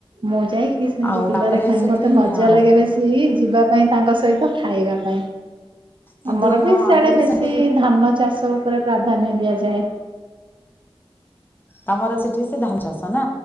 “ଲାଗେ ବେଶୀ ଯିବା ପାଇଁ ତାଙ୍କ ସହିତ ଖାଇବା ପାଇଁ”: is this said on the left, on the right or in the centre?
Right